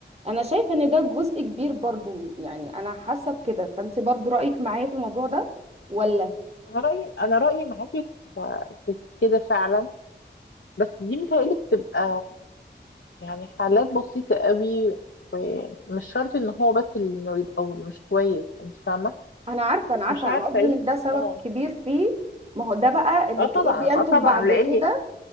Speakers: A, on the right (about 35°); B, on the left (about 85°).
A: انا شايفه ان ده جزء كبير برضو يعني انا حاسه بكده فانت برضو رايك معايا في الموضوع ده ولا
B: انا رايي انا رايي معاكي في في كده فعلا بس دي متهيألي بتبقى يعني حالات بسيطة قوي ومش شرط ان هو بس اللي انه يبقى مش كويس انت فاهمة
A: انا عارفه انا عارفه
B: مش عارفة
A: انا قصدي
B: يمكن
A: ان ده سبب
B: اه
A: كبير فيه ما هو ده بقى اللي
B: اه
A: تلاقيه
B: طبعا
A: بينتج
B: اه طبعا
A: بعد
B: لان
A: كده